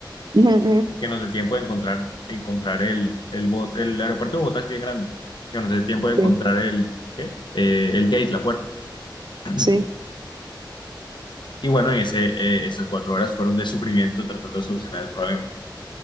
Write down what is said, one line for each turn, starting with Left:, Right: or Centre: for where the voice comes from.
Right: Ujú, ujú.
Left: y que nos dé tiempo de encontrar, encontrar el, el, Bo- el aeropuerto de Bogotá es bien grande, que nos dé tiempo de encontrar
Right: Sí,
Left: el, ¿el ¿qué? Eh, el gate, la puerta. <clears throat>
Right: sí.
Left: Y bueno, en ese, eh, esas cuatro horas fueron de sufrimiento tratando de solucionar el problema.